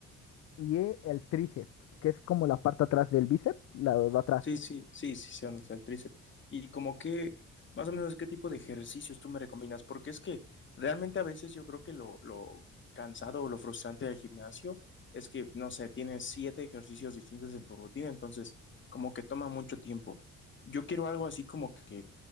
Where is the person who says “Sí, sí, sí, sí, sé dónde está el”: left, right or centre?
Left